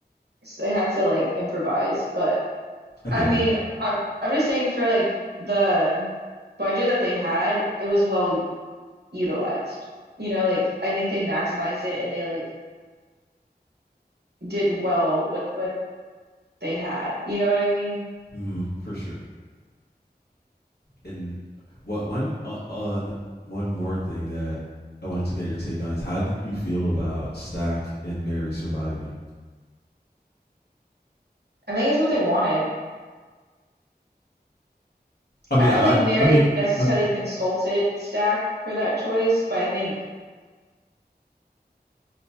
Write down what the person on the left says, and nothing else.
I get
it.
Mm. For sure. And what one on, on one more thing that I wanted to get your take on is how did you feel about Stack and Mary surviving?
I mean,
I
I mean,
I'm